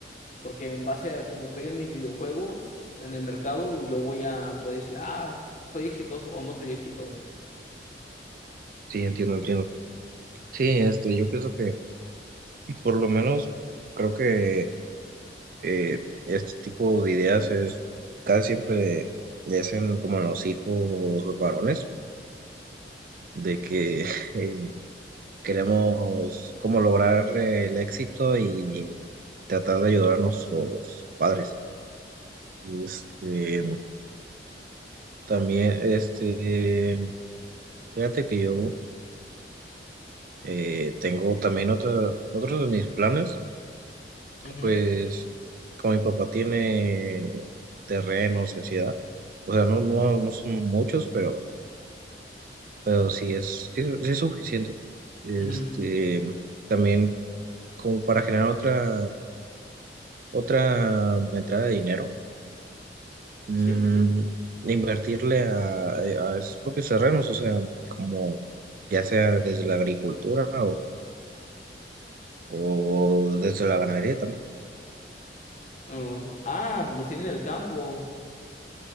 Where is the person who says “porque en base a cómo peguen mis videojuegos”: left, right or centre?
Left